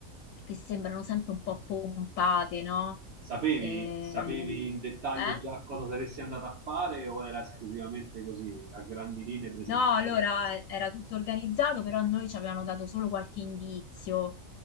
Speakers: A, on the left (about 75°); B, on the right (about 55°).
A: che sembrano sempre un po' pompate, no?
B: Sapevi,
A: Eh,
B: sapevi
A: Sì.
B: in dettaglio
A: eh?
B: già cosa saresti andata a fare o era esclusivamente così, a grandi linee presentato?
A: No, allora eh, era tutto organizzato, però a noi ci avevano dato solo qualche indizio,